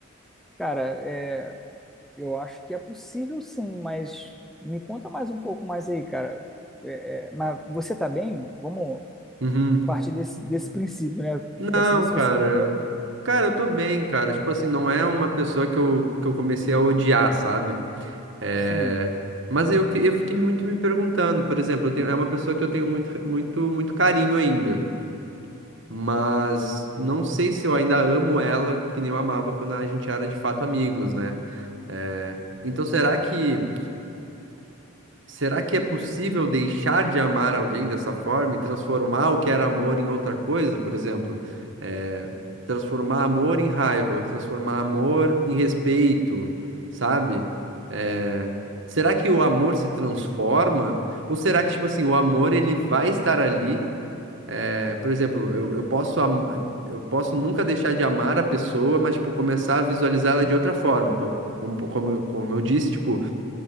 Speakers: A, in the centre; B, on the right (about 65°).
A: cara, é, eu acho que é possível sim, mas me conta mais um pouco mais aí, cara. É, é, mas você tá bem? Vamos
B: uhum.
A: partir desse, desse princípio, né?
B: Não,
A: Quero saber se
B: cara.
A: você tá bem primeiro.
B: Cara, eu tô bem, cara. Tipo assim, não é uma pessoa que eu, que eu comecei a odiar, sabe? É,
A: Sim.
B: Mas eu, fi- eu fiquei muito me perguntando, por exemplo, eu tenho- é uma pessoa que eu tenho muito, muito, muito carinho ainda, mas não sei se eu ainda amo ela que nem eu amava quando a gente era de fato amigos, né? É, Então será que Será que é possível deixar de amar alguém dessa forma e transformar o que era amor em outra coisa? Por exemplo, eh, transformar amor em raiva, ou transformar amor em respeito, sabe? Eh, será que o amor se transforma? Ou será que, tipo assim, o amor ele vai estar ali? eh, por exemplo, eu, eu posso am- eu posso nunca deixar de amar a pessoa, mas, tipo, começar a visualizar ela de outra forma. co- Como, como, eu- como eu disse, tipo